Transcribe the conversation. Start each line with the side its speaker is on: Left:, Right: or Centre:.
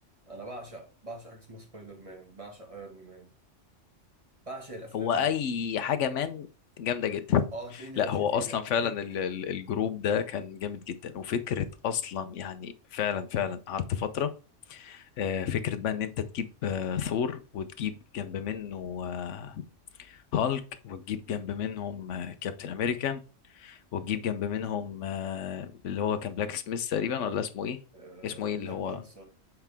Right: أنا بعشق بعشق حاجة اسمها سبايدر مان بعشق ايرون مان بعشق الأفلام
Left: هو اي
Right: دي
Left: حاجه مان جامده جدا
Right: اه هتلاقيني
Left: لا
Right: راشق
Left: هو
Right: فيها
Left: اصلا فعلا ال-
Right: <laughs>
Left: ال- الجروب ده كان جامد جدا وفكره اصلا يعني فعلا فعلا قعدت فتره آه، فكره بقى ان انت تجيب آه، ثور وتجيب جنب منه آه، هالك وتجيب جنب منهم آه، كابتن امريكان وتجيب جنب منهم آه، اللي هو كان بلاك سميث تقريبا ولا اسمه ايه
Right: آه،
Left: اسمه ايه
Right: بلاك
Left: اللي هو
Right: بانثر